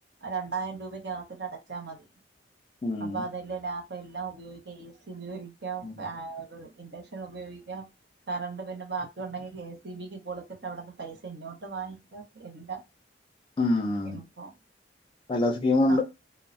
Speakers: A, on the right; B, on the left.
A: രണ്ടായിരം രൂപയ്ക്കകത്ത്ട്ട് അടച്ചാ മതി
B: ഉം.
A: അപ്പ അതല്ലെ ലാഭം എല്ലാം ഉപയോഗിക്ക ഏ സി ഉപയോഗിക്കാം
B: ഉം.
A: പ്പ ആത് ഇന്റക്ഷൻ ഉപയോഗിക്കാം കറണ്ട് പിന്നെ ബാക്കി ഉണ്ടെങ്കി കെ സീ ബിക്ക് കൊട്ത്തിട്ട് അവിടന്ന് പൈസ ഇങ്ങോട്ട് വാങ്ങിക്ക എല്ലാം
B: ഉം.
A: ഇപ്പൊ
B: പല സ്കീമുണ്ട്.
A: ആഹ്